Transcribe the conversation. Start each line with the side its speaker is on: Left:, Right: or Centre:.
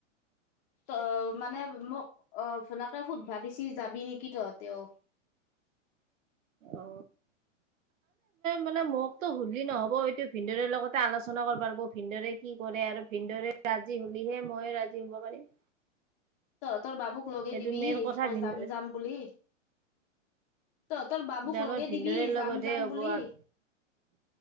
Left: ত মানে মোক। অ ভনাকে সুধ ভিছি যাবি নেকি তহঁতে অ
Right: অ মানে মতো ভুলি নহ'ব এইটো ভিনন্দৰে লগতে আলোচনা কৰিব লিব ভিনদৰে কি কৰে আৰু ভ ৰাজি হ'লহে মই ৰাজি হ'ব পাৰিম
Left: তোৰ বাবুক লগে
Right: সেইটো
Left: দিবি
Right: মেইন কথা
Left: অ
Right: ভিন
Left: যাম যাম বুলি তহ তোৰ বাবুক
Right: আমাৰ
Left: লগে
Right: ভিনদেউৰ
Left: দিবি
Right: লগতহে
Left: যাম যাম
Right: হ'ব
Left: বুলি
Right: আৰু